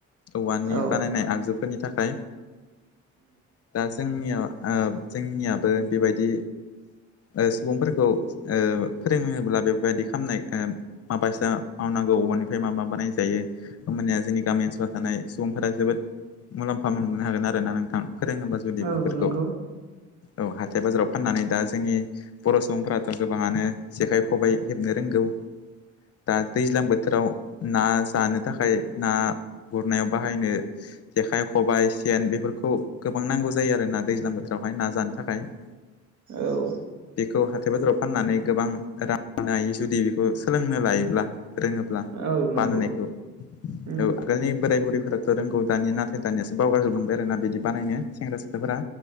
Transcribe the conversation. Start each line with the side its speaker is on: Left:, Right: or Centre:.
Left: औवानि
Right: औ
Left: बानायनाय आगजुफोरनि थाखाय। दा जोंनियाव ओ जोंनियाबो बेबायदि ओ सुबुंफोरखौ ओ फोरोङोब्ला बेफोरबायदि खालामानाय ओ माबासा मावनांगौ औबवानिफ्राय मा मा बानायजायो होमबानिया जोंनि गामि ओनसोलाव थानाय सुबुंफोरा जोबोद मुलाम्फा मोननो हागोन आरोना नोंथां फोरोङोबा जुदि
Right: औ
Left: बेफोरखौ।
Right: नंगौ
Left: औ हाथाय बाजाराव फाननानै दा जोंनि बर' सुबुंफोराथ' गोबाङानो जेखाइ खबाइ हेबनो रोंगौ दा दैज्लां बोथोराव ना जानो थाखाय ना गुरनायाव बाहायनो जेखाइ खबाइ सेन बेफोरखौ गोबां नांगौ जायो आरोना दैज्लां बोथोरावहाय ना जानो थाखाय। <inaudible>
Right: औ
Left: बेखौ हाथाय बाजाराव फाननानै गोबां मोननो हाथों जुदि बेखौ सोलोंनो लायोब्ला। रोङोब्ला
Right: औ नंगौ
Left: बानायनायखौ। औ
Right: औ
Left: आगोलनि बोराय बुरैफोराथ' रोंगौ दानिया नाथाय दानियासो बावगार जोबलांबाय आरो ना बिदि बानायनो सेंग्रा सिख्लाफोरा।